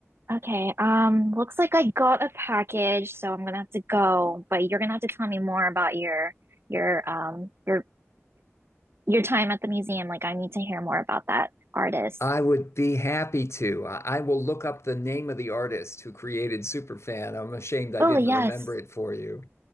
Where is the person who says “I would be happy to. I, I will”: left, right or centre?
Left